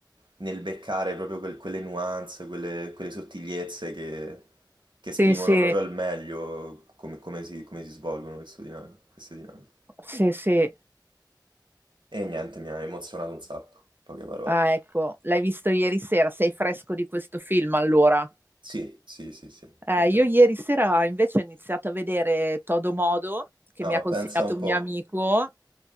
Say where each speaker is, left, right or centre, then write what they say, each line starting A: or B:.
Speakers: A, on the right; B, on the right.
A: nel beccare proprio quel- quelle nuance, quelle, quelle sottigliezze che, che esprimono
B: Sì, sì,
A: proprio al meglio come, come si, come si svolgono questo dinam- queste dinamiche.
B: sì, sì. E-
A: E niente, mi ha emozionato un sacco, poche parole.
B: ah, ecco, l'hai visto ieri sera. Sei fresco di questo film, allora?
A: Sì, sì, sì, sì.
B: Eh,
A: <laughs>
B: io ieri sera invece ho iniziato a vedere Todo Modo, che
A: Ah,
B: mi
A: ma
B: ha consigliato
A: pensa un
B: un
A: po'.
B: mio amico,